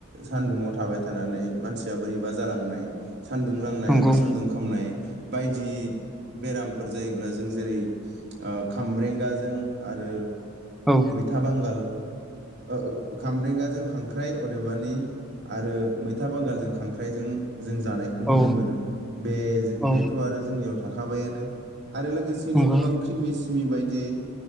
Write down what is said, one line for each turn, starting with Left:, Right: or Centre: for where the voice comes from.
Right: सानदुङाव थाबाय थानानै मानसिया बोरैबा जालांनाय सान्दुं नांनाय
Centre: नंगौ
Right: एबा सान्दुं खामनाय बायदि बेरामफोर जायोब्ला जों जेरै ओ खामब्रेंगाजों आरो
Centre: औ
Right: मैथा बांगाल ओ ओ खामब्रेंगाजों खांख्राइ अदेबानि आरो मैथा बांगालजों खांख्राइजों जों जानायखौ नुनो
Centre: औ
Right: मोनो बे
Centre: औ
Right: बेथ' आरो जोंनियाव थाखाबायानो आरो लोगोसेनो
Centre: नंगौ
Right: गोबां क्रिमिस बेबायदि